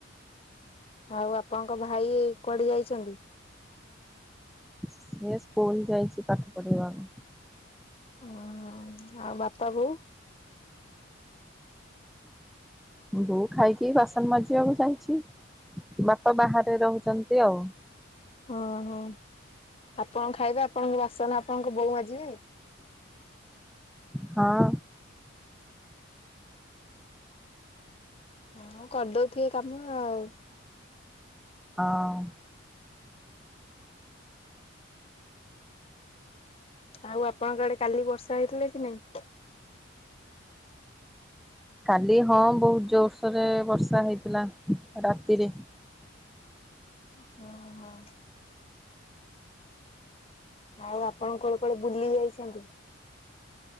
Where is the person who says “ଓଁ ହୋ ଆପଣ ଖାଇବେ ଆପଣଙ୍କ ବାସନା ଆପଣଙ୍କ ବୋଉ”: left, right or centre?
Left